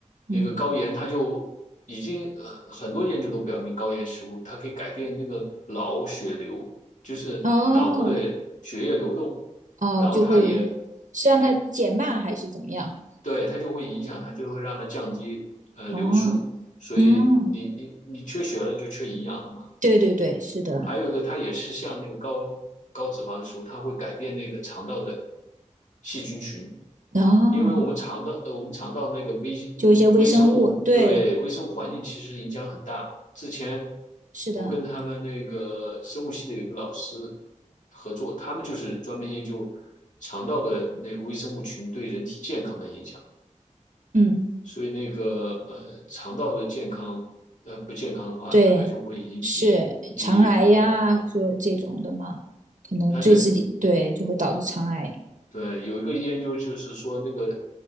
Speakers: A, on the right; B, on the left.
A: 嗯，
B: 那个高盐它就已经呃很多研究都表明高盐食物它可以改变那个脑血流，就是脑部的血液流动，
A: 哦。哦，
B: 然后它也
A: 就会是让它减慢还是怎么样？
B: 它对，它就会影响它，就会让它降低呃流速，
A: 哦，
B: 所以你你你缺血了，
A: 嗯，
B: 你就缺营养了嘛。
A: 对对对，是的，
B: 还有一个，它也是像那个高高脂肪的食物，它会改变那个肠道的细菌群，
A: 哦，
B: 因为我们肠道呃我们肠道那个微
A: 就一些微生物，
B: 微生物对微生物环境其实影响很大。
A: 对，
B: 之前
A: 是的，
B: 我跟他们那个生物系的有一个老师合作，他们就是专门研究肠道的那个微生物群对人体健康的影响。
A: 嗯，
B: 所以那个呃肠道的健康呃不健康的话，
A: 对，
B: 那它就会引起记忆力的功能。
A: 是肠癌呀，说这种的嘛，可能对自己对，
B: 它这
A: 就会导致肠癌。
B: 对有一个研究就是说，那个